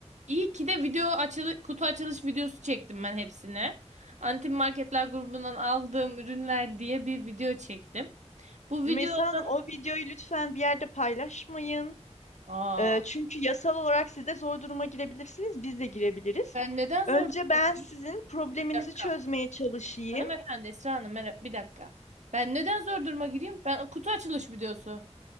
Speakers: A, on the right (about 85°); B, on the left (about 85°).
A: iyi ki de video açılı, kutu açılış videosu çektim ben hepsine. Antin Marketler grubundan aldığım ürünler diye bir video çektim. Bu videoda
B: Rümeysa Hanım, o videoyu lütfen bir yerde paylaşmayın.
A: Aa,
B: Ee, çünkü yasal olarak siz de zor duruma girebilirsiniz, biz de girebiliriz.
A: ben neden zor
B: Önce
A: duruma
B: ben
A: gireyim?
B: sizin probleminizi
A: Bir dakika.
B: çözmeye çalışayım.
A: Hanımefendi Esra Hanım merhaba, bir dakika. Ben neden zor duruma gireyim? Ben kutu açılış videosu